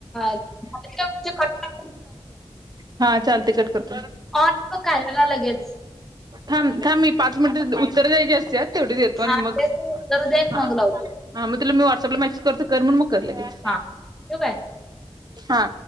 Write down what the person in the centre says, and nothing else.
झालं कट
अ म करायला लगेच.
हा तेच
तर उत्तर देन
मग लावतो.
हा ठेवू काय?